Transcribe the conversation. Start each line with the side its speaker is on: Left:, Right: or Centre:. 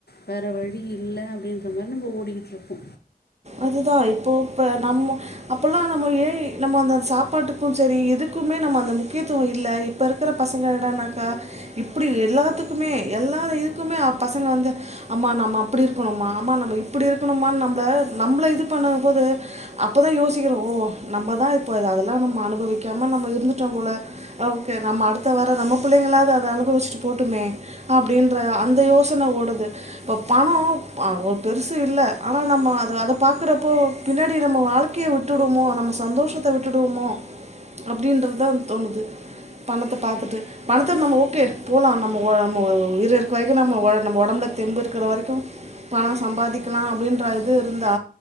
Left: வேறு வழி இல்ல அப்டின்ற மாரி நம்ம ஓடிக்கிட்ருக்கோ
Right: அதுதா இப்போ இப்ப நம்ம அப்பல்லா நம்ம ஏஐ நம்ம அந்த சாப்பாடுக்கு செரி எதுக்குமே நம்ம அந்த முக்கியத்துவோ இல்ல இப் இப்ப இருக்குற பசங்க என்னடனாக்கா இப்புடி எல்லாத்துக்குமே எல்லா இதுக்குமே அ பசங்க வந்து அம்மா நம்ம அப்புடி இருக்கணுமா அம்மா நம்ம இப்புடி இருக்கணும்மா நம்ப நம்பள இது பண்ணதா போது அப்பதா யோசிக்கிறோ ஓ நம்மதா இப்ப அதெல்லா நம்ம அனுபவிக்காம நம்ம இருந்துட்டோ போல ஓகே நம்ம அடுத்தவர நம்ம புள்ளைங்களாவது அத அனுபவிச்சிட்டு போட்டுமே அப்டின்ற அந்த யோசன ஓடுது இப்ப பணோ அவ் பெருசு இல்ல ஆனா நம்ம அத பாக்குறப்போ பின்னாடி நம்ம வாழ்க்கையை விட்டுடுவமோ நம்ம சந்தோஷத்த விட்டுடுவோமோ அப்டின்றது தா தோணுது பணத்த பாத்துட்டு பணத்த நம்ம ஓகே போலா நம்ம நம்ம ஒ உயிரு இருக்க வரைக்கு நம்ம நம்ம உடம்புல தெம்பு இருக்கிற வரைக்கு பணம் சம்பாதிக்கலா அப்டின்ற இது இருந்தா